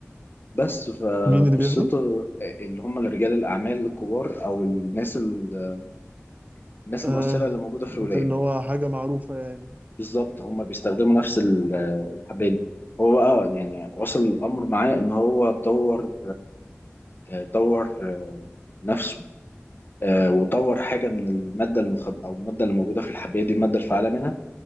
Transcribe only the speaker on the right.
مين اللي بياخده؟
اه
قلت
ان هو حاجة معروفة يعني